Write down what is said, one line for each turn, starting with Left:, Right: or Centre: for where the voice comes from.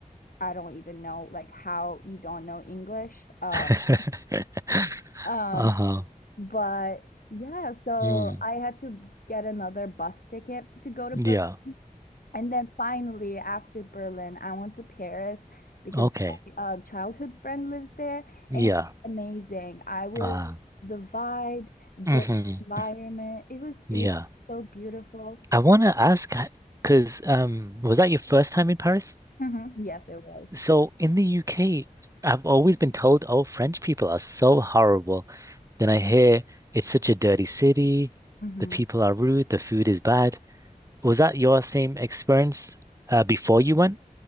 Left: I don't even know like how you don't know English. Um,
Right: <laughs>
Left: um,
Right: Uh-huh.
Left: but yeah, so
Right: Mm.
Left: I had to get another bus ticket to go to
Right: Yeah.
Left: Berlin. And then finally, after Berlin, I went to Paris because
Right: Okay.
Left: my uh, childhood friend lives there,
Right: Yeah.
Left: and it was amazing. I was
Right: Uh,
Left: the vibe, the
Right: mhm.
Left: environment. It was it
Right: Yeah.
Left: was so beautiful.
Right: I want to ask because um was that your first time in Paris?
Left: hmm Yes, it was.
Right: So in the UK, I've always been told, oh, French people are so horrible. Then I hear it's such a dirty city,
Left: hmm
Right: the people are rude, the food is bad. Was that your same experience uh, before you went?